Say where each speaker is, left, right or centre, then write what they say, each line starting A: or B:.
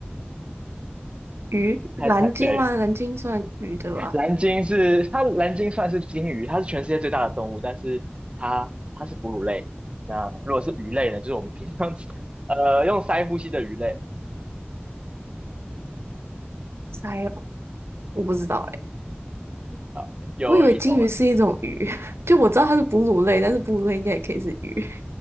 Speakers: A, on the right; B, on the right.
A: 鱼，蓝鲸吗？
B: 猜猜，对，
A: 蓝鲸算鱼对吧？
B: 蓝鲸是它，蓝鲸算是鲸鱼，它是全世界最大的动物，但是它它是哺乳类。那如果是鱼类呢，就是我们平常吃呃用鳃呼吸的鱼类。
A: 鳃哦我不知道哎、
B: 好，有一种
A: 我以为鲸鱼是一种鱼，<laughs> 就我知道它是哺乳类，但是哺乳类应该也可以是鱼。